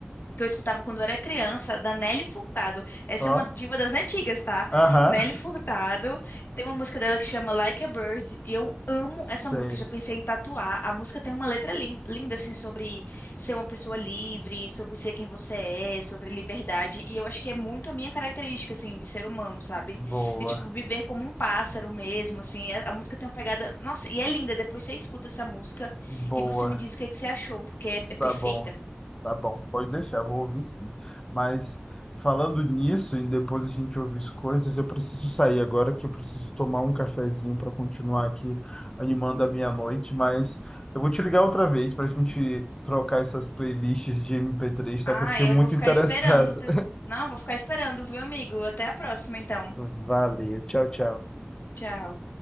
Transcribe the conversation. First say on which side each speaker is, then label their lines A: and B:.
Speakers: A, on the left; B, on the left.
A: que eu escutava quando eu era criança, da Nelly Furtado. Essa
B: Ó,
A: é uma diva das antigas, tá?
B: aham.
A: Nelly Furtado. Tem uma música dela que chama Like a Bird. E eu amo
B: Sei.
A: essa música, já pensei em tatuar. A música tem uma letra lin- linda, assim, sobre ser uma pessoa livre, sobre ser quem você é, sobre liberdade. E eu acho que é muito a minha característica, assim, de ser humano, sabe?
B: Boa,
A: E, tipo, viver como um pássaro mesmo, assim. A, a música tem uma pegada. Nossa, e é linda. Depois você escuta essa música
B: boa.
A: e você me diz o que, é que você achou, porque é é perfeita.
B: Tá bom, tá bom, pode deixar, eu vou ouvir sim. Mas falando nisso, e depois a gente ouvir as coisas, eu preciso sair agora que eu preciso tomar um cafezinho para continuar aqui animando a minha noite, mas eu vou te ligar outra vez para a gente trocar essas playlists de mp três tá?
A: Ah,
B: Que eu fiquei
A: eu
B: muito
A: vou ficar
B: interessado.
A: esperando. tu- Não, vou ficar esperando, viu, amigo? Até a próxima, então.
B: <laughs> Valeu, tchau, tchau.
A: Tchau.